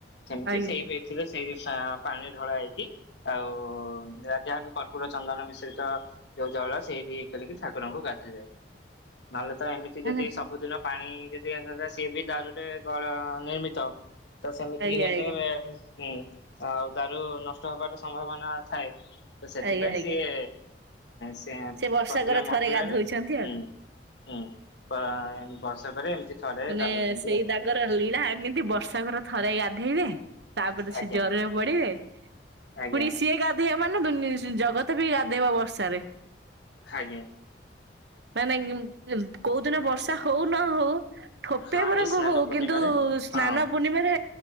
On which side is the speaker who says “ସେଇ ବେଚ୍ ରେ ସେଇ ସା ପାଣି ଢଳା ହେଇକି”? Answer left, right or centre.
Left